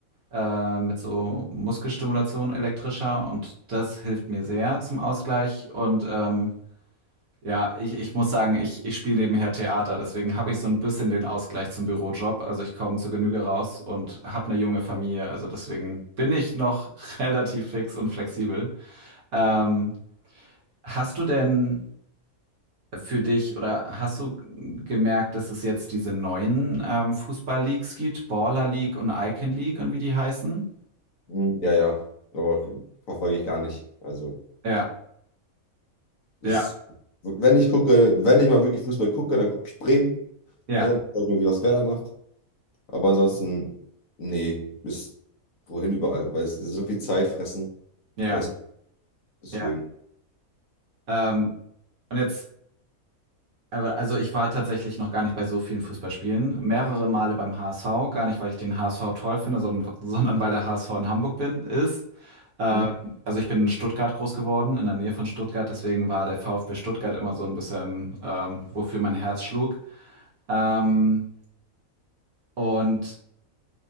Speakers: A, on the right; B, on the left.
A: äh, mit so Muskelstimulation elektrischer und das hilft mir sehr zum Ausgleich. Und ähm, ja, ich, ich muss sagen, ich, ich spiele nebenher Theater, deswegen habe ich so ein bisschen den Ausgleich zum Bürojob. Also ich komme zur Genüge raus und habe eine junge Familie, also deswegen bin ich noch <laughs> relativ fix und flexibel. Ähm, Hast du denn für dich oder hast du gemerkt, dass es jetzt diese neuen ähm, Fußball-Leagues gibt, Baller League und Icon League und wie die heißen?
B: Mm, Ja, ja, aber verfolge ich gar nicht. Also,
A: Ja, ja,
B: ist, wenn ich gucke, wenn ich mal wirklich Fußball gucke, dann gucke ich Bremen.
A: ja,
B: Ne? Dann gucke ich mir, wie was Werder macht. Aber ansonsten, nee, bis wohin überall, weil es so viel Zeit fressen.
A: ja,
B: Weißt Deswegen.
A: ja. Ähm, und jetzt, aber also ich war tatsächlich noch gar nicht bei so vielen Fußballspielen, mehrere Male beim HSV, gar nicht, weil ich den HSV toll finde, sondern, sondern weil der HSV in Hamburg bin, ist. Ähm,
B: Hm?
A: also ich bin in Stuttgart groß geworden, in der Nähe von Stuttgart, deswegen war der VfB Stuttgart immer so ein bisschen, ähm, wofür mein Herz schlug. Ähm, und